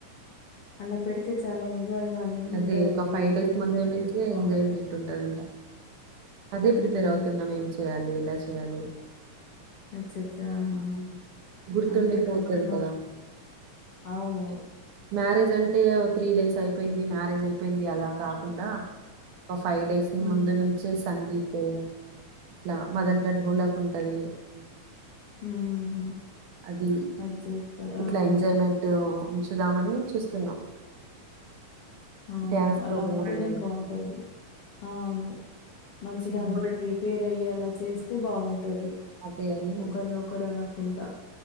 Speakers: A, on the left; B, on the right.
A: అలా పెడితే చాలా ఎంజాయ్గా అన్
B: అది
A: ఉంటదండి
B: ఒక ఫైవ్
A: అందరు
B: డేస్
A: ఎంజాయ్
B: ముందు నుంచే
A: చేస్తే బాగుంటది
B: ఎంజాయ్మెంట్ ఉంటాదంట అదే
A: ఉహుహు
B: ప్రిపేర్ అవుతున్నాం ఏం చేయాలి ఎలా చేయాలి
A: అచ్చచ్చా అహ
B: గుర్తుండిపోతది
A: అందరు కలిసి మా
B: కదా
A: అవును
B: మ్యారేజ్ అంటే ఓ త్రీ డేస్ అయిపోయింది మ్యారేజ్ అయిపోయింది అలా కాకుండా ఒక ఫైవ్ డేస్
A: ఉమ్
B: ముందు నుంచే సంగీత్ అట్లా మదంట్లో డోలాకు ఉంటది
A: ఉహుహు
B: అది
A: అది చేస్తారు
B: ఇట్ల
A: అవును
B: ఎంజాయ్మెంట్ టో ఉంచుదామని చూస్తున్నాం
A: అవును
B: డ్యాన్స్
A: అలా
B: ప్రోగ్రామ్
A: ఉంటేనే
B: అని
A: బాగుంటది అవును మంచిగా
B: ఉమ్,
A: అందరు ప్రీ ఈ రొయ్య అలా చేస్తే బాగుంటది
B: అదే అని
A: ఒకరినొకరు అనకుండా